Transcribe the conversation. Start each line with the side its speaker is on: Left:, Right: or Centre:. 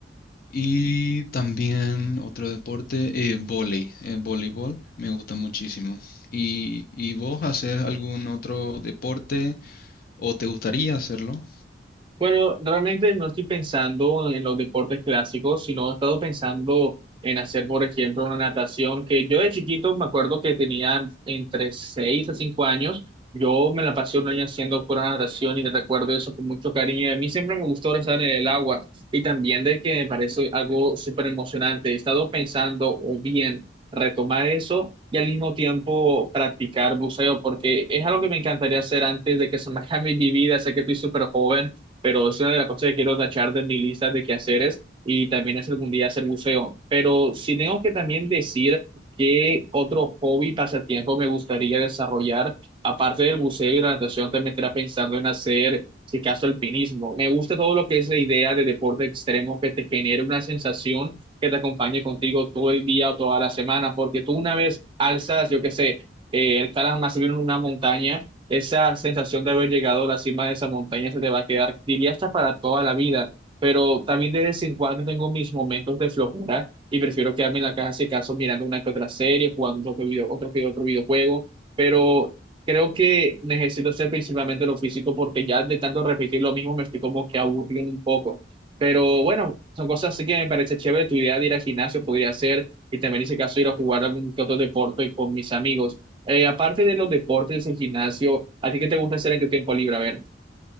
Left: Y también otro deporte, eh, vóley, eh, voleibol, me gusta muchísimo. ¿Y, y vos haces algún otro deporte o te gustaría hacerlo?
Right: Bueno, realmente no estoy pensando en los deportes clásicos, sino he estado pensando en hacer, por ejemplo, una natación que yo de chiquito me acuerdo que tenía entre 6 a 5 años. Yo me la pasé un año haciendo pura natación y te recuerdo eso con mucho cariño. Y a mí siempre me gustó estar en el agua y también de que me parece algo súper emocionante. He estado pensando o bien retomar eso y al mismo tiempo practicar buceo porque es algo que me encantaría hacer antes de que se me <laughs> acabe mi vida. Sé que estoy súper joven pero es una de las cosas que quiero tachar de mi lista de quehaceres y también es algún día hacer buceo. Pero sí tengo que también decir que otro hobby, pasatiempo me gustaría desarrollar, aparte del buceo y la natación, también estaría pensando en hacer, si acaso, alpinismo. Me gusta todo lo que es la idea de deporte extremo que te genere una sensación que te acompañe contigo todo el día o toda la semana, porque tú una vez alzas, yo qué sé, eh, escalas más bien una montaña esa sensación de haber llegado a la cima de esa montaña se te va a quedar, diría hasta para toda la vida. Pero también de vez en cuando tengo mis momentos de flojera y prefiero quedarme en la casa, si caso, mirando una que otra serie, jugando otro, video, otro, que otro videojuego. Pero creo que necesito hacer principalmente lo físico porque ya de tanto repetir lo mismo me estoy como que aburriendo un poco. Pero bueno, son cosas así que me parece chévere. Tu idea de ir al gimnasio podría ser, y también en ese caso ir a jugar algún que otro deporte con mis amigos. Eh, aparte de los deportes, el gimnasio, ¿a ti qué te gusta hacer en tu tiempo libre? A ver.